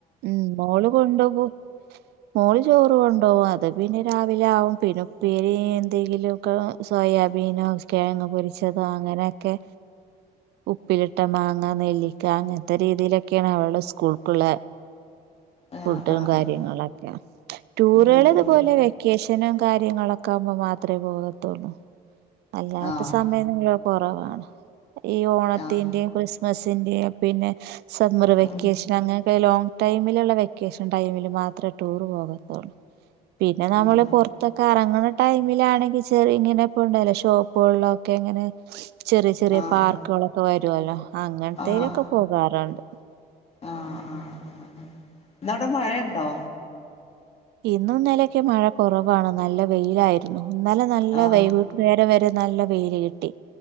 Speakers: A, on the right; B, on the left.
A: ഉം മോള് കൊണ്ട പോവും മോള് ചോറ് കൊണ്ടോവു അത് പിന്നെ രാവിലെ ആവും പിന്നെ ഉപ്പേരി ന്തെങ്കിലുംക്കെ സോയാബീനോ കെഴങ്ങ് പൊരിച്ചതോ അങ്ങനെക്കെ ഉപ്പിലിട്ട മാങ്ങ നെല്ലിക്ക അങ്ങനത്തെ രീതിയിലെക്കെയാണ് അവള് സ്കൂൾക്കുള്ള
B: ആഹ്
A: ഫുഡും
B: ആഹ്
A: കാര്യങ്ങളക്കെ
B: ആഹ്
A: ടൂറുകൾ
B: ഉം
A: ഇതുപോലെ
B: ഉം
A: വെക്കേഷനും കാര്യങ്ങളൊക്കാവ്മ്പൊ മാ അത്രെപോകത്തുള്ളൂ അല്ലാത്ത
B: ആഹ്
A: സമയം <unintelligible> കൊറവാണ് ഈ ഓണത്തിന്റെം
B: ആഹ്
A: ക്രിസ്മസിന്റെം പിന്നെ സമ്മർ വെക്കേഷൻ
B: ഉം
A: അങ്ങനെയൊക്കെ ലോങ്ങ്‌ ടൈമിലുള്ള വെക്കേഷൻ ടൈമില് മാത്രെ ടൂർ പോകത്തോള് പിന്നെ നമ്മള്
B: ഉം
A: പൊറത്തക്കെ എറങ്ങണ ടൈമിലാണെങ്കി ചെറ ഇങ്ങനെ ഇപ്പണ്ടല്ലോ ഷോപ്പുകളിലൊക്കെ ഇങ്ങനെ ചെറിയ ചെറിയ
B: ആഹ്
A: പാർക്കുകളൊക്കെ വരുവല്ലോ അങ്ങനത്തേലൊക്കെ
B: ആഹ്
A: പോകാറുണ്ട്
B: ആഹ് ആഹ് ആഹ് ഇന്നവിടെ മഴയണ്ടോ
A: ഇന്നുന്നലെക്കെ മഴ കൊറവാണ് നല്ല വെയിലായിരുന്നു ഇന്നല നല്ല
B: ആഹ്
A: വൈകുന്നേരവരെ നല്ല വെയില് കിട്ടി